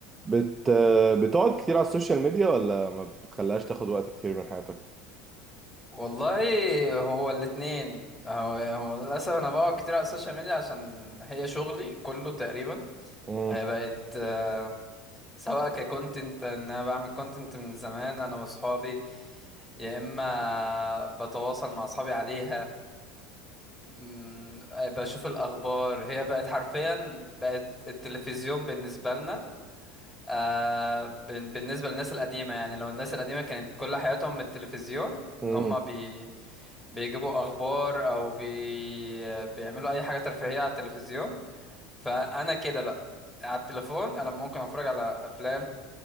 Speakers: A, on the right; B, on the left.
A: بت بتقعد كتير على السوشيال ميديا ولا ما بتخليهاش تاخد وقت كتير من حياتك؟
B: والله هو الاتنين هو يعني هو للأسف أنا بقعد كتير على السوشيال ميديا عشان هي شغلي كله تقريبا
A: مم.
B: هي بقت آه، سواء ككونتنت إن أنا بعمل كونتنت من زمان أنا وأصحابي يا إما بتواصل مع أصحابي عليها مم، بشوف الأخبار هي بقت حرفيا بقت التلفزيون بالنسبة لنا آه بن- بالنسبة للناس القديمة يعني لو الناس القديمة كانت كل حياتهم التلفزيون ان
A: مم.
B: هم بي بيجيبوا اخبار او بي بيعملوا اي حاجة ترفيهية على التلفزيون فانا كده بقى على التليفون انا ممكن اتفرج على افلام